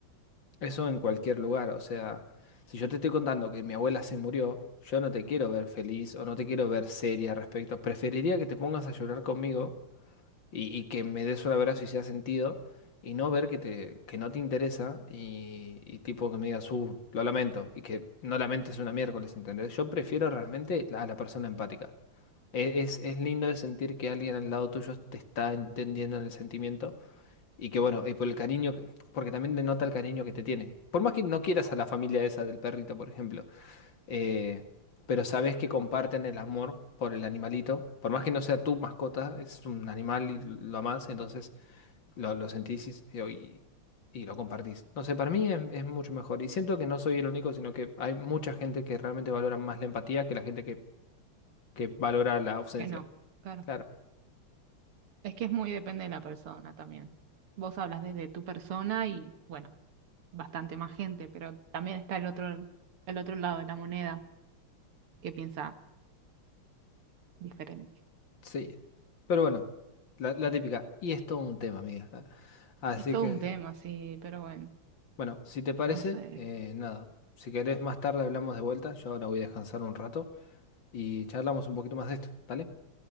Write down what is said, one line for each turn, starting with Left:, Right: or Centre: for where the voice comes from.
Left: Eso en cualquier lugar. O sea, si yo te estoy contando que mi abuela se murió, yo no te quiero ver feliz o no te quiero ver seria al respecto. Preferiría que te pongas a llorar conmigo y, y que me des un abrazo y sea sentido, y no ver que, te, que no te interesa y, y tipo que me digas, uh, lo lamento, y que no lamentes una miércoles, ¿entendés? Yo prefiero realmente a la persona empática. E- Es, es lindo de sentir que alguien al lado tuyo te está entendiendo en el sentimiento y que bueno, y por el cariño, que- porque también denota el cariño que te tiene. Por más que no quieras a la familia esa del perrito, por ejemplo, eh, pero sabes que comparten el amor por el animalito. Por más que no sea tu mascota, es un animal y lo amás, entonces lo, lo sentís y, y- y lo compartís. No sé, para mí es, es mucho mejor. Y siento que no soy el único, sino que hay mucha gente que realmente valora más la empatía que la gente que, que valora la ausencia.
Right: Que no, claro.
Left: Claro,
Right: Es que es muy depende de la persona también. Vos hablas desde tu persona y bueno. bastante más gente, pero también está el otro, el otro lado de la moneda que piensa diferente.
Left: sí. Pero bueno, la, la típica. Y es todo un tema, amiga. Así
Right: Es todo
Left: que,
Right: un tema, sí, pero bueno,
Left: bueno, si te parece,
Right: no sé.
Left: eh, nada. Si querés más tarde hablamos de vuelta. Yo ahora voy a descansar un rato. y charlamos un poquito más de esto, ¿dale?